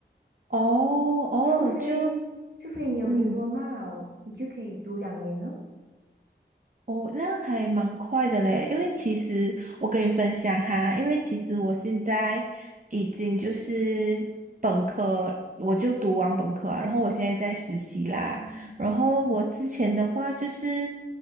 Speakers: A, on the right; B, on the right.
A: 哦哦，
B: 除非除非你有
A: 就嗯，
B: diploma 哦，你就可以读两年哦。
A: 哦，那还蛮快的嘞，因为其实我跟你分享哈，因为其实我现在已经就是本科，我就读完本科啊，然后我现在在实习啦，
B: 嗯。
A: 然后我之前的话就是，